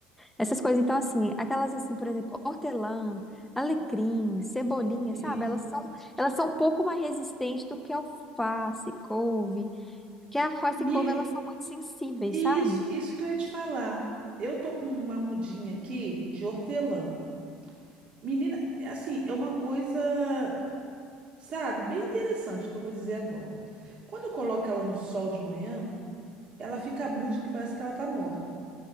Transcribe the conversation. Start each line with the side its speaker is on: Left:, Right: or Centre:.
Centre: essas coisas. Então, assim, aquelas, assim, por exemplo, hortelã, alecrim, cebolinha,
Right: Isso.
Centre: sabe? Elas são, elas são um pouco mais resistentes do que alface, couve, porque a alface
Right: Amiga,
Centre: e couve, elas são muito sensíveis,
Right: isso,
Centre: sabe?
Right: isso que eu ia te falar. Eu tô com uma mudinha aqui de hortelã. Menina, é assim, é uma coisa, sabe, bem interessante que eu vou dizer agora. Quando eu coloco ela no sol de manhã, Ela fica murcha que parece que ela tá morta.